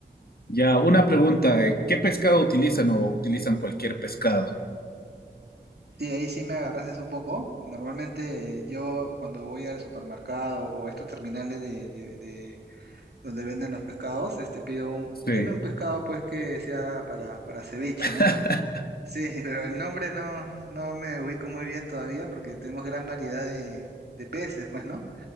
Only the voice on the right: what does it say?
Sí, ahí sí me agarraste un poco. Normalmente eh, yo cuando voy al supermercado o a estos terminales de, de- de- donde venden los pescados, este pido un,
deme un pescado pues que sea para, para ceviche,
¿no? Sí, <laughs> pero el nombre no, no me ubico muy bien todavía porque tenemos gran variedad de, de peces, pues, ¿no?